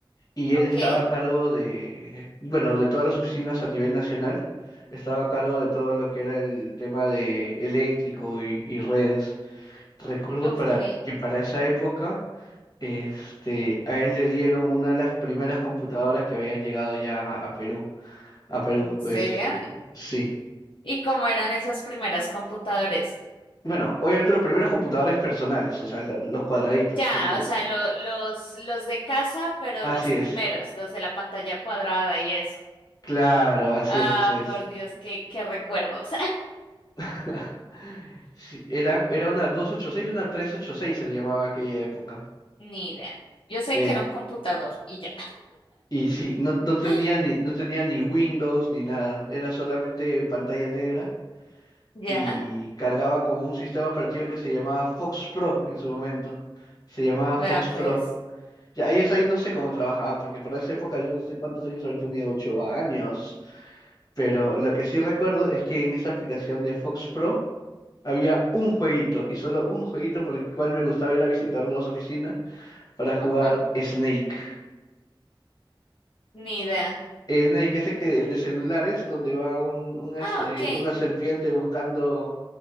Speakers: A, on the left; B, on the left.
A: y
B: ok,
A: él estaba a cargo de, bueno, de todas las oficinas a nivel nacional, estaba a cargo de todo lo que era el tema de eléctrico y, y redes. Recuerdo
B: ok,
A: para que para esa época, este, a él le dieron una de las primeras computadoras que habían llegado ya a, a Perú, a Perú,
B: en serio.
A: este, sí.
B: ¿Y cómo eran esos primeros computadores?
A: Bueno, obviamente los primeros computadores personales, o sea, lo- los cuadraditos,
B: Ya,
A: porque
B: o sea, lo- los, los de casa, pero
A: así
B: los primeros,
A: es,
B: los de la pantalla cuadrada y eso.
A: claro, así
B: Ah,
A: es, así es.
B: por Dios, qué, qué recuerdos.
A: <laughs> Sí, eran, era una doscientos ochenta y seis una 386 se le llamaba aquella época.
B: <laughs> Ni idea. Yo sé
A: Eh,
B: que era un computador y ya.
A: y sí, no, no tenía
B: <laughs>
A: ni, no
B: <gasps>
A: tenía ni Windows ni nada, era solamente pantalla negra
B: Ya,
A: y cargaba con un sistema operativo que se llamaba Fox Pro en su momento. Se llamaba
B: vea
A: Fox
B: pues.
A: Pro. Ya, ellos ahí no sé cómo trabajaban, porque para esa época yo no sé cuántos años habré tenido, ocho años. Pero lo que sí recuerdo es que en esa aplicación de Fox Pro Había un jueguito y solo un jueguito por el cual me gustaba ir a visitarlo a su oficina para jugar
B: Ajá,
A: Snake.
B: ni idea.
A: Eh, Snake, ese que el de celulares, donde va un, un, este,
B: Ah, ok.
A: una serpiente buscando,